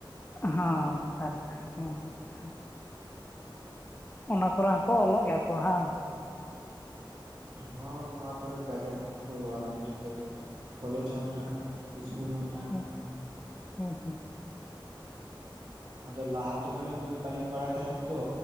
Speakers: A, on the left; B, on the right.
A: ᱦᱸ ᱟᱡᱴᱮᱱ ᱦᱚᱸ ᱟᱪᱪᱷᱟ ᱚᱱᱟ ᱠᱚᱨᱮ ᱦᱚᱸᱠᱚ ᱚᱞᱚᱜ ᱜᱮᱭᱟ ᱠᱚ ᱦᱮᱸ
B: ᱦᱸ ᱱᱚᱣᱟ ᱠᱚᱨᱮ ᱜᱟᱡᱟᱠ ᱠᱚ ᱚᱞᱚ-ᱟ ᱢᱟᱱᱮ ᱡᱷᱚᱛᱚ ᱜᱮ᱾ ᱠᱚᱞᱮᱡᱽ ᱦᱚᱸ ᱢᱮᱱᱟᱜᱼᱟ ᱤᱥᱠᱩᱞ ᱦᱚᱸ ᱾
A: ᱦᱩᱸ ᱦᱩᱸ ᱦᱩᱸ
B: ᱟᱫᱚ ᱞᱟᱦᱟ ᱛᱚ ᱢᱟᱱᱮ ᱩᱱᱟᱹᱜ ᱵᱟᱞᱤᱧ ᱵᱟᱲᱟᱭ ᱛᱟᱦᱮᱸᱜ ᱛᱚ